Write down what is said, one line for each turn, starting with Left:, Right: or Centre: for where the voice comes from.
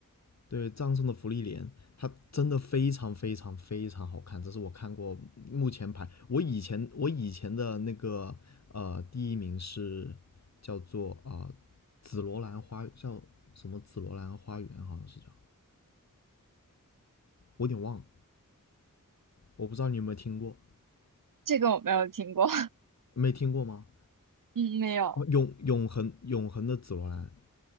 Left: 对，葬送的芙莉莲，它真的非常非常非常好看，这是我看过目前排。我以前我以前的那个呃第一名是叫做啊、呃紫罗兰花叫什么紫罗兰花园好像是叫，我有点忘了，我不知道你有没有听过，
Right: 这个我没有听过，
Left: 没听过吗？
Right: <laughs> 嗯，没有，
Left: 哦，永永恒永恒的紫罗兰